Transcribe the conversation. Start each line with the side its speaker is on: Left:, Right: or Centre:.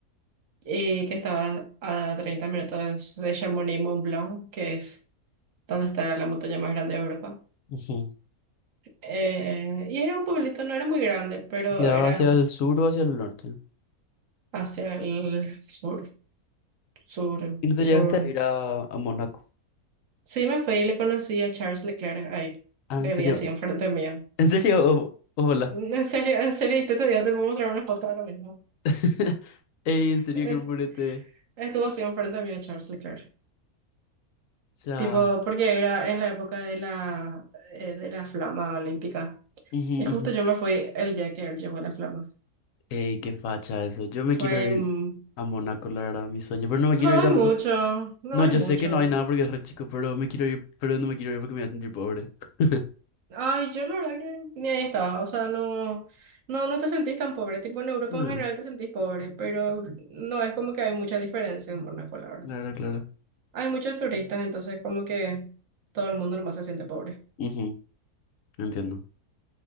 Right: y que estaba a 30 minutos de Chamonix-Mont-Blanc, que es donde está la montaña más grande de Europa.
Left: ujú.
Right: Eh, y era un pueblito, no era muy grande, pero
Left: ¿Quedaba
Right: era
Left: hacia el sur o hacia el norte?
Right: hacia el sur, sur,
Left: ¿Y no te
Right: sur.
Left: llegaste a ir a, a Mónaco?
Right: Sí, me fui y le conocí a Charles Leclerc ahí.
Left: Ah, ¿en
Right: Le
Left: serio?
Right: vi así enfrente mío.
Left: ¿En serio? O- hola.
Right: Mm, En serio, en serio, y te, te digo, te puedo mostrar una foto ahora mismo.
Left: <laughs> Ey, en serio,
Right: Eh,
Left: qué purete.
Right: Estuvo así enfrente mío Charles Leclerc.
Left: sea,
Right: Tipo, porque era en la época de la, eh, de la flama olímpica.
Left: Ujú,
Right: Y justo
Left: ujú.
Right: yo me fui el día que él llevó la flama.
Left: ey, qué facha eso. Yo me
Right: Fue...
Left: quiero ir
Right: mm,
Left: a Mónaco, la verdad, mi sueño. Pero no me
Right: No
Left: quiero ir
Right: hay
Left: tampoco.
Right: mucho, no
Left: No,
Right: hay
Left: yo
Right: mucho.
Left: sé que no hay nada porque es re chico, pero me quiero ir, pero no me quiero ir porque me voy a sentir pobre. <laughs>
Right: Ay, yo la verdad que ni ahí estaba, o sea, no, no, no te sentís tan pobre, tipo en Europa
Left: Ah,
Right: en general te sentís pobre, pero no es como que hay mucha diferencia en Mónaco, la verdad.
Left: claro, claro.
Right: Hay muchos turistas, entonces como que todo el mundo nomás se siente pobre.
Left: Ujú, Entiendo.